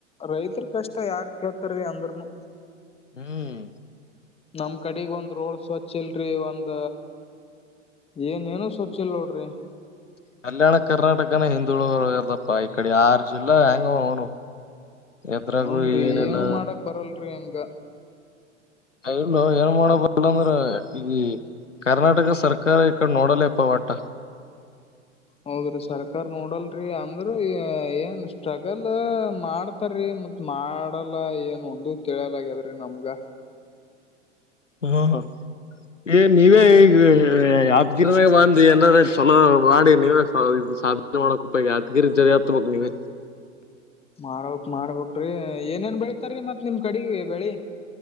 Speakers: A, on the left; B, on the left.
A: ರೈತ್ರರು ಕಷ್ಟ ಯಾರ್ ಕೇಳ್ತಾರೀ ಅಂದ್ರನು.
B: ಹ್ಮ್
A: ನಮ್ ಕಡೆಗ್ ಒಂದ್ ರೋಡ್ ಸ್ವಚ್ ಇಲ್ರಿ ಒಂದ ಏನ ಏನು ಸ್ವಚ್ ಇಲ್ ನೋಡ್ರಿ‌
B: ಕಲ್ಯಾಣ ಕರ್ನಾಟಕನ ಹಿಂದುಳಗದಪ್ಪ ಈ ಕಡೆ ಯಾರ ಜಿಲ್ಲಾ ಹೆಂಗ ಅವನು. ಎದ್ರಾಗೂ
A: ಹಂಗ್ರರಿ
B: ಏನಿಲ್ಲ
A: ಏಾವ್ ಮಾಡಕ್ ಬರಲ್ರಿ ಹಂಗ ಗ
B: ಲ್ಲ ಏನ್ ಮಾಡಬಲ್ಲ ಅಂದ್ರ ಈ ಕರ್ನಾಟಕ ಸರ್ಕಾರ ಈ ಕಡೆ ನೋಡಲ್ಲ ಪವಾಟ
A: ಹೌದ್ರಿ ಸರ್ಕಾರ ನೋಡಲ್ರಿ ಅಂದ್ರೂ ಏನ್ ಸ್ಟ್ರಗಲ್ ಮಾಡ್ತಾರೀ ಮತ್ ಮಾಡಲ್ಲ ಏನ್ ಒಂದ ತಿಳಿಯಲ್ಲ ಆಗ್ಯದ್ರಿ, ನಮ್ಗ
B: ಹ್ಮ ಹ ಏ ನೀವೇ ಈಗ ಯಾತ್ಗಿರಿನಾಗ ಬಂದು ಏನಾರ ಚಲೋ ಮಾಡಿ ನೀವೇ ಸಾಧನೆ ಮಾಡಕಪ್ಪ ಯಾದಗಿರಿ ಜರಿ ಹತಬೇಕ್ ನೀವ.
A: ಮಾಡ್ಬಕ್ ಮಾಡ್ಬಕ್ ಏನೇನ್ ಬೆಳಿತಾರೀ ಮತ್ತ್ ನಿಮ ಕಡ ಬೆಳಿ